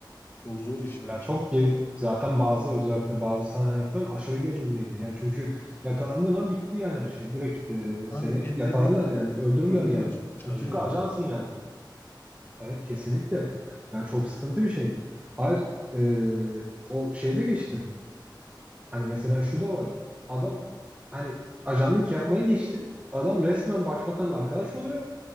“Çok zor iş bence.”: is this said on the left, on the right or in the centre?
Left